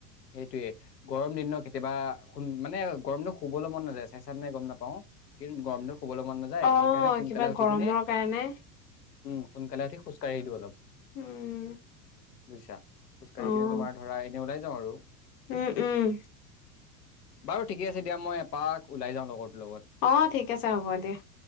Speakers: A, on the left (about 80°); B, on the left (about 55°).
A: সেইটোয়ে গৰম দিন ন কেতিয়াবা মানে গৰম দিনত শুবলে মন নেযায় চেচাত নে গম নাপাওঁ কিন্তু গৰম দিনত শুবলৈ মন নযা যায়
B: অ',
A: সেইকাৰণে সোনকালে
B: কিবা
A: উঠি
B: গৰমৰ
A: কিনে
B: কাৰণে
A: উম সোনকালে উঠি খোজকাঢ়ি দিওঁ অলপ।
B: উম।
A: বুজিছা খোজ কাঢ়ি
B: অ'।
A: কিনে তোমাৰ ধৰা এনেই ওলাই যাওঁ আৰু।
B: উম উম।
A: বাৰু ঠিকে আছে দিয়া মই এপাক ওলাই যাওঁ লগৰটো লগত।
B: অ ঠিক আছে হ'ব দিয়া